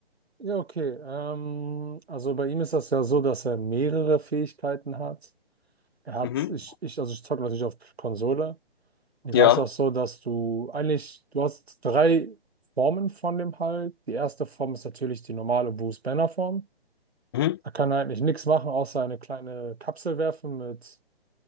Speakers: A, on the right; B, on the left.
A: Ja, okay. Ähm, also bei ihm ist das ja so, dass er mehrere Fähigkeiten hat. Er hat,
B: Mhm.
A: ich, ich, also ich zocke natürlich auf Konsole. Und
B: Ja.
A: da ist das so, dass du eigentlich, du hast drei Formen von dem Hulk. Die erste Form ist natürlich die normale Bruce Banner Form.
B: Mhm.
A: Da kann er eigentlich nichts machen, außer eine kleine Kapsel werfen mit